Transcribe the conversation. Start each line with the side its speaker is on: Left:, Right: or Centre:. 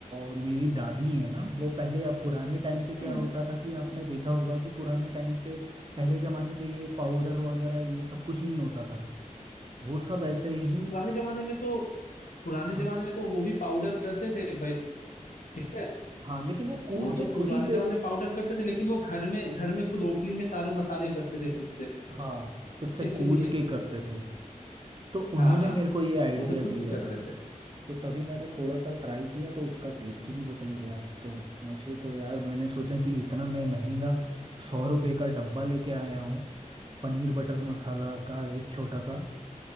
Right: अ, मेरी दादी है ना वो पहले अब पुराने टाइम पे क्या
Left: हम्म
Right: होता था कि आपने देखा होगा कि पुराने टाइम पे पहले जमाने पे ये पाउडर वगैरह ये सब कुछ नहीं होता था वो सब ऐसे ही
Left: पुराने जमाने में तो पुराने
Right: हाँ
Left: जमाने में तो वो भी पाउडर करते थे भाई ठीक है
Right: हाँ लेकिन वो कूट
Left: वो
Right: के
Left: तो पुराने
Right: खुद ही से
Left: जमाने पाउडर करते थे लेकिन वो घर में घर में खुद ओखली में सारे मसाले करते थे खुद से
Right: हाँ खुद से
Left: <laughs>
Right: कूट
Left: इसीलिए
Right: के करते थे तो उन्होंने
Left: हाँ
Right: मेरे को ये आइडिया
Left: वो तो खुद
Right: दिया
Left: से करते
Right: था
Left: थे
Right: तो तभी मैंने थोड़ा सा ट्राई किया तो उसका टेस्ट ही बदल गया तो मुझे तो यार मैंने सोचा कि इतना मैं महंगा सौ रुपए का डब्बा लेके आया हूँ पनीर बटर मसाला का एक छोटा सा